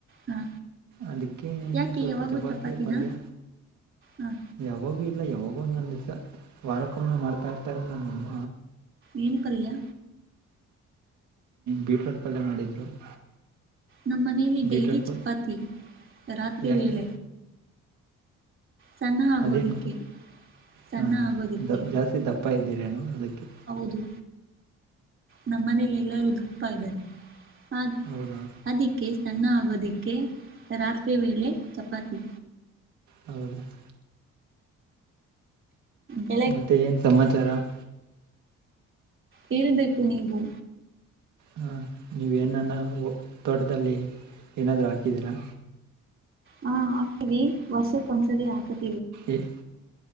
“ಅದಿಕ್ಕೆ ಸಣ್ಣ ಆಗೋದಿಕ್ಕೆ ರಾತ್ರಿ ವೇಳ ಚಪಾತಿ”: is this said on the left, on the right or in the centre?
Right